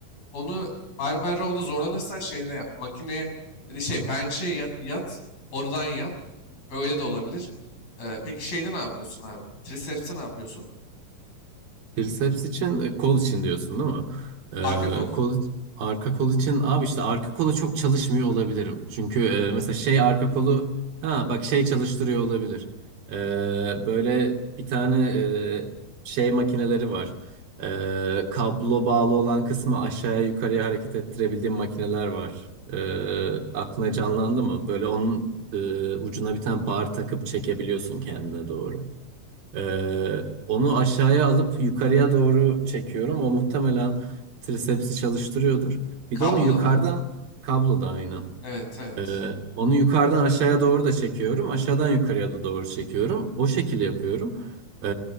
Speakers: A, on the left; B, on the right.
A: Onu barbell row'da zorlanırsan şeyde yap. Makineye yani şey bench'e yat, yat oradan yap. Öyle de olabilir. Ee, peki şeyde ne yapıyorsun abi? Triceps'te ne yapıyorsun?
B: Triceps için e, kol için diyorsun değil mi? Ee,
A: Arka kol.
B: kol arka kol için abi işte arka kolu çok çalışmıyor olabilirim. Çünkü e, mesela şey arka kolu ha bak şey çalıştırıyor olabilir. Ee, böyle bir tane e, şey makineleri var. Ee, kablo bağlı olan kısmı aşağıya yukarıya hareket ettirebildiğim makineler var. Ee, aklına canlandı mı? Böyle onun e, ucuna bir tane bar takıp çekebiliyorsun kendine doğru. Ee, onu aşağıya alıp yukarıya doğru çekiyorum. O muhtemelen trisepsi çalıştırıyordur.
A: Kabloda
B: Bir de onu yukarıdan
A: mı?
B: kablo da aynı.
A: Evet evet.
B: Ee, onu yukarıdan aşağıya doğru da çekiyorum. Aşağıdan yukarıya da doğru çekiyorum. O şekilde yapıyorum. Ee,